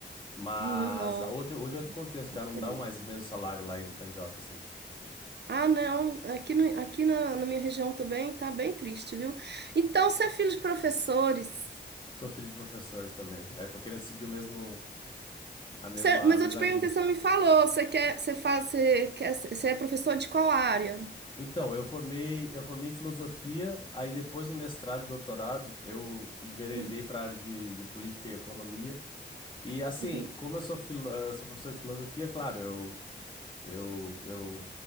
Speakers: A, on the left; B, on the right.
A: Mas
B: Uhum. Ó,
A: a outra, hoje é outro contexto, já
B: bacana.
A: não dá mais o mesmo salário lá em Candiota, assim.
B: Ah, não. Aqui, no, aqui na, na minha região também tá bem triste, viu? Então, você é filho de professores.
A: Sou filho de professores também. Aí tô querendo seguir o mesmo, a mesma,
B: Você- mas
A: a mesma
B: eu te perguntei,
A: linha.
B: você não me falou. Você quer, você faz, você quer, você é professor de qual área?
A: Então, eu formei, eu formei em filosofia, aí depois no mestrado e doutorado, eu enveredei
B: Uhum.
A: para a área de, de política e economia. E assim,
B: Uhum.
A: como eu sou, filo- eh, sou professor de filosofia, claro, eu Eu, eu,